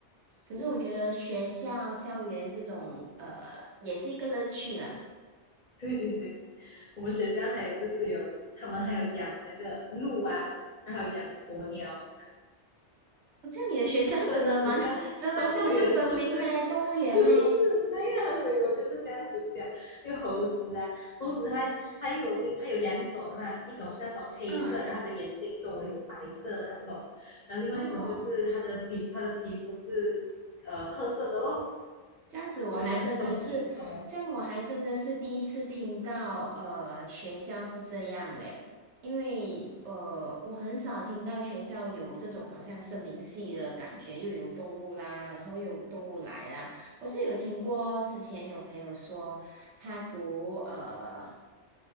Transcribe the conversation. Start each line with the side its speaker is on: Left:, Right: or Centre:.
Left: 是，
Right: 可是我觉得学校校园这种呃也是一个乐趣啦。
Left: 对对对，我们学校还有就是有他们还有养那个鹿啊，然后养鸵鸟，
Right: 好像你的学校真的蛮
Left: 这真的很像动物园，
Right: <laughs> 真的像是森林嘞，
Left: 是不是？<laughs>
Right: 动物园嘞，
Left: 是不是？对呀、所以我就是这样子讲。因为猴子啊，猴子它它又有另它有两种的嘛，一种是那种黑色，
Right: 嗯，
Left: 然后它的眼睛周围是白色的那种，然后另外一种就是它的皮它的皮肤是呃褐色的咯，
Right: 哦。这样子我还真的是，
Left: 有两种品种哎。
Right: 这样我还真的是第一次听到，呃，学校是这样嘞，因为呃，我很少听到学校有这种好像森林系的感觉，又有动物啦，然后又有动物来啦。我是有听过，之前有朋友说他读呃